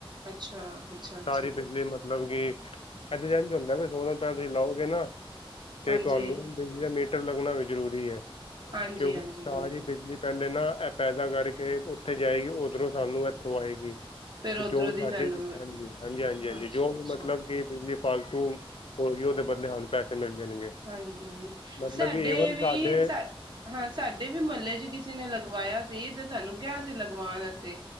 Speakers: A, on the right; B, on the left.
A: ਅੱਛਾ, ਅੱਛਾ, ਅੱਛਾ
B: ਸਾਰੀ ਬਿਜਲੀ ਮਤਲਬ ਕੀ ਏਥੇ ਤੇ ਏਜਂ ਹੁੰਦਾ ਵੇ ਸੋੋਲਰ ਪੈਨਲ ਤੁਈ ਲਓਗੇ ਨਾ ਤੇ
A: ਹਾਂਜੀ।
B: ਤੁਵਾਨੂੰ ਵੀ? ਮੀਟਰ ਲੱਗਣਾ ਵੀ ਜ਼ਰੂਰੀ ਏ
A: ਹਾਂਜੀ,
B: ਕਿਉਂਕਿ
A: ਹਾਂਜੀ ਬਿਲਕੁਲ
B: ਸਾਰੀ ਬਿਜਲੀ ਪ ਹਲੇ ਨਾ ਐ ਪੈਦਾ ਕਰਕੇ ਉੱਥੇ ਜਾਏਗੀ ਉਓਧਰੋਂ ਸਾਨੂੰ ਇੱਥੋਂ ਆਏਗੀ।
A: ਫੇਰ
B: ਤੇ
A: ਉੱਧਰੋਂ
B: ਜੋ
A: ਦੀ
B: ਸਾਡੇ
A: ਸਾਨੂੰ
B: ਹਾਂਜੀ - ਹਾਂਜੀ, ਹਾਂਜੀ, ਹਾਂਜੀ
A: ਅੱਛਾ,
B: ਜੋ ਵੀ
A: ਅੱਛਾ
B: ਮਤਲਬ ਕਿ ਬਿਜਲੀ ਫਾਲਤੂ - ਹੋਹੀਓਦੇ ਬਦਲੇ ਹਾਨੂੰ ਪੈਸੇ ਮਿਲ ਜਾਣਗੇ
A: ਹਾਂਜੀ।
B: ਮਤਲਬ
A: ਸਾਡੇ
B: ਕਿ ਈਵਨ
A: ਵੀ
B: ਸਾਡੇ
A: ਸਾ ਹਾਂ ਸਾਡੇ ਵੀ ਮਲੇ 'ਚ ਕਿਸੀ ਨੇ ਲਗਵਾਇਆ ਸੀ ਤੇ ਸਾਨੂੰ ਕਿਹਾ ਸੀ ਲਗਵਾਨ ਅਸਤੇ